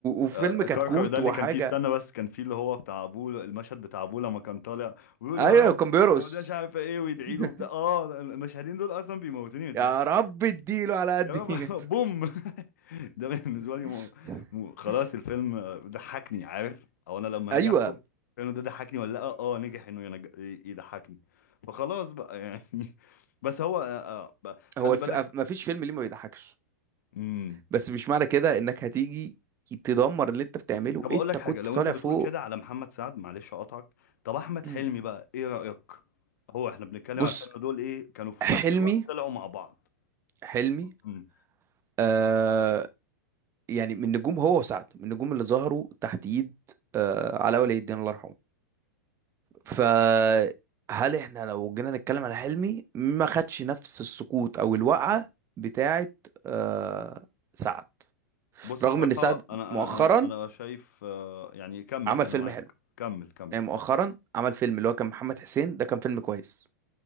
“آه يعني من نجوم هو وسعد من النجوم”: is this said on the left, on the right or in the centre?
Right